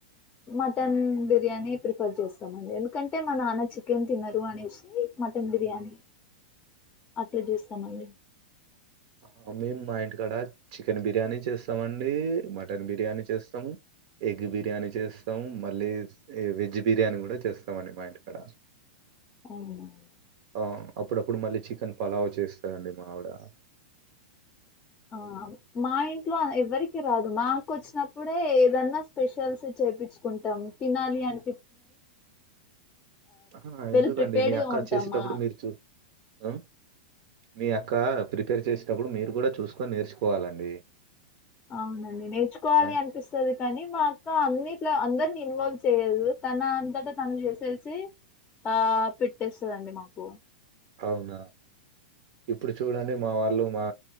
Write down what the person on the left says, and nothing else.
మటన్
బిర్యానీ ప్రిఫర్ చేస్తామండి ఎందుకంటే మా నాన్న చికెన్ తినరు అనేసి మటన్ బిర్యానీ అట్లా చూస్తామండి
అవునా అండి
ఆ మా ఇంట్లో ఎవరికి రాదు మాకు వచ్చినప్పుడే ఏదన్నా స్పెషల్స్ చేయించుకుంటాం తినాలి అని
వెల్
ప్రిపేర్డ్
గా ఉంటాం
మా
అవునండి నేర్చుకోవాలి
అనిపిస్తుది కానీ మా అక్క అన్నిట్లా అందరినీ ఇన్వాల్వ్ చేయదు తన అంతటా తను చేసేసి ఆ పెట్టేస్తుందండి మాకు